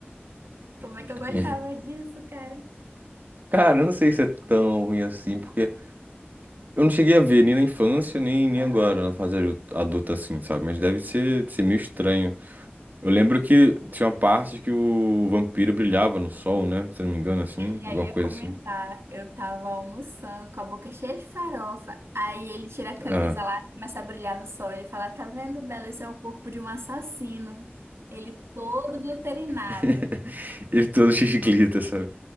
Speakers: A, on the right; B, on the right.
A: <laughs> Como
B: <laughs>
A: é que eu gostava disso, cara?
B: Cara, eu não sei se é tão ruim assim, porque eu não cheguei a ver nem na infância, nem, nem
A: Aham.
B: agora, na fase adu- adulta assim, sabe? Mas deve ser, ser meio estranho. Eu lembro que tinha uma parte que o vampiro brilhava no sol, né? Se eu não me engano, assim,
A: Ele já
B: alguma
A: ia
B: coisa
A: comentar,
B: assim.
A: eu tava almoçando com a boca cheia de farofa. Aí ele tira a
B: Ah.
A: camisa lá, começa a brilhar no sol. Ele fala: Tá vendo, Bela? Esse é o corpo de um assassino. Ele todo glitterinado,
B: <laughs> Ele todo cheio de glitter, sabe?